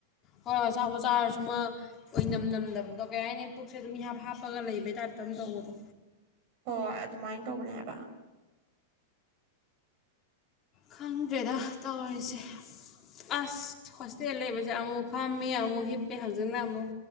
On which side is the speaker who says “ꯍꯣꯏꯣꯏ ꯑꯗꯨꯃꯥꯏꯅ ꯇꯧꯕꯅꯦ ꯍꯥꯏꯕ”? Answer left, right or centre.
Right